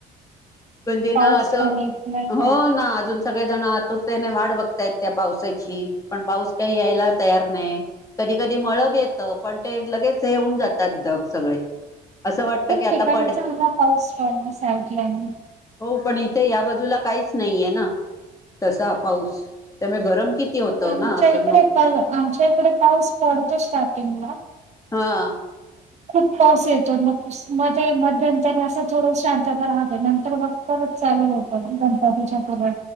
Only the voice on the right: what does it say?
पाऊस
पण येत नाही
खूप
ठिकाणीचा
चांगला पाऊस पडला साडल्याने <unintelligible>
आमच्या
इकडे
प आमच्या इकडे पाऊस पडतो स्टार्टिंगला.
खूप पाऊस येतो म. म मध्यंतरी असं थोड शांतता राहत नंतर मग पर चालू होतं. गणतातीच्याकर